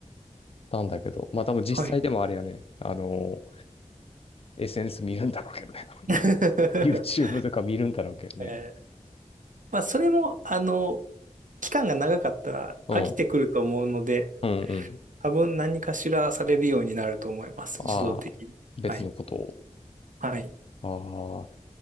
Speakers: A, on the left (about 50°); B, on the right (about 80°).
A: たんだけど、まあ多分実際でもあれやね、
B: はい。
A: あの SNS 見るんだろうけどね。<laughs>
B: <laughs>
A: YouTube とか見るんだろうけどね。
B: えーまあ、それも、あの、期間が長かったら飽きてくると思うので、
A: うん。うんうん。
B: 多分何かしらされるようになると思います。
A: ああ、
B: 自動的に。
A: 別のこと
B: はい。はい。
A: を。あ